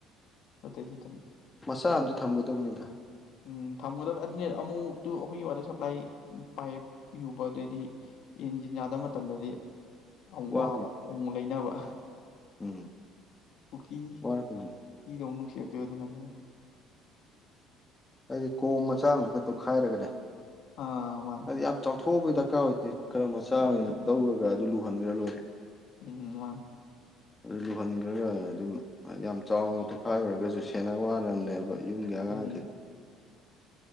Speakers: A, on the left (about 65°); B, on the left (about 20°).
A: ꯑꯗꯨꯗꯗꯤ ꯑꯗꯨꯝ
B: ꯃꯆꯥ
A: ꯇꯧꯕ
B: ꯑꯝꯇ ꯊꯝꯒꯗꯧꯕꯅꯤꯗ
A: ꯎꯝ ꯊꯝꯒꯗꯕꯅꯤ ꯑꯗꯨꯅꯦ ꯑꯃꯨꯛꯇꯨ ꯑꯩꯈꯣꯏꯒꯤ ꯋꯥꯇꯔ ꯁꯄ꯭ꯂꯥꯏ ꯄꯥꯏꯞ ꯌꯨꯕ ꯑꯗꯩꯗꯤ ꯏꯟꯖꯤꯟ ꯌꯥꯗꯕ ꯃꯇꯝꯗꯗꯤ ꯌꯥꯝ
B: ꯋꯥꯗꯣꯏꯅꯤ
A: ꯋꯥꯕ ꯎ ꯂꯩꯅꯕ
B: ꯎꯝ
A: ꯀꯀꯤꯗꯧꯅ
B: ꯋꯥꯔꯛꯀꯗꯣꯏꯅꯤ
A: ꯀꯗ ꯑꯣ ꯑꯗꯨꯣ ꯀꯥꯟꯗ
B: ꯑꯩꯗꯤ ꯀꯣ ꯃꯆꯥꯗꯨ ꯈ ꯇꯧꯈꯥꯏꯔꯒꯅꯦ
A: ꯑꯥ ꯃꯥꯅꯦ
B: ꯍꯥꯏꯗꯤ ꯌꯥꯝ ꯆꯥꯎꯊꯣꯛꯕ
A: ꯍꯣꯏ
B: ꯗꯔꯀꯥꯔ ꯑꯣꯏꯗꯦ ꯈꯔ ꯃꯆꯥ
A: ꯑꯣꯏꯗꯤ
B: ꯑꯣꯏꯅ ꯇꯧꯔꯒ ꯑꯗꯨ ꯂꯨ ꯭ꯔꯂꯣꯦ
A: ꯎꯝ ꯋꯥ
B: ꯑꯗꯨ ꯂꯨꯍꯟꯈ꯭ꯔꯒ ꯑꯗꯨꯝ ꯌꯥꯝ ꯆꯥꯎꯅ ꯇꯣꯈꯥꯏꯔꯨꯔꯒꯁꯨ ꯁꯦꯟꯅ ꯋꯥꯅꯕꯅꯦꯕ ꯌꯨꯝꯒꯤ ꯑꯉꯥꯡ
A: ꯎꯝ